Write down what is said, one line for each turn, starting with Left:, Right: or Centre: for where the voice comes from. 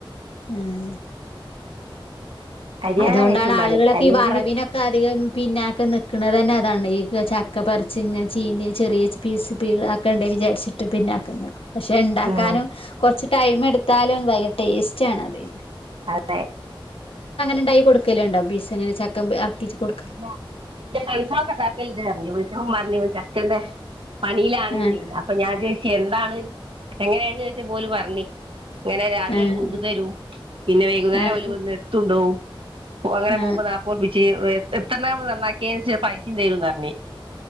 Left: ഉം
Right: അരിയാനാ
Left: അതുകൊണ്ടാണ്
Right: ഏറ്റവും പണി
Left: ആളുകളൊക്കെ
Right: അല്ലെങ്കിൽ
Left: ഈ വറവിനൊക്കെ അധികം പിന്നാക്കം നിക്കണത് തന്നെ അതാണ് ഈ ചക്ക പറിച്ച് ഇങ്ങനെ ചീന്തി ചെറിയ പീസ് പീ ആക്കണ്ടെ വിചാരിച്ചിട്ട് പിന്നാക്കം നിക്കും പക്ഷെ ഇണ്ടാക്കാനും
Right: ഉം
Left: കൊറച്ച് ടൈം എടുത്താലും ഭയങ്കര ടേസ്റ്റ് ആണ് അത് തന്നെ
Right: അതെ
Left: ഉണ്ടായി കൊടുക്കലുണ്ടോ <unintelligible> ചക്ക ഇങ്ങനെ ഇറക്കിച്ച് കൊടു
Right: <unintelligible> ഇണ്ടാക്കല്ണ്ട് പറഞ്ഞ് വിളിച്ചപ്പോ പറഞ്ഞ് ചക്കേൻ്റെ പണിയിലാണ്ന്നേ
Left: ആഹ്
Right: അപ്പൊ ഞാൻ ചോദിച്ച് എന്താണ് എങ്ങനെയാണ് ചോദിച്ചപ്പോ ഓല് പറഞ്ഞ് ഇങ്ങനെ രാവിലെ
Left: ആഹ്
Right: ഓല് കൊണ്ടു തരും പിന്നെ വൈകുന്നേരം
Left: ആഹ്
Right: ഓല് വന്ന് എടുത്തു കൊണ്ടോവും അങ്ങനെ
Left: ആഹ്
Right: പോകുമ്പോ നാപ്പോർപ്പിച്ച് എ എത്രണ്ണാ മ്മള് നന്നാക്കിയേന്ന്ച്ചാ പൈസയും തെരുന്ന് പറഞ്ഞ്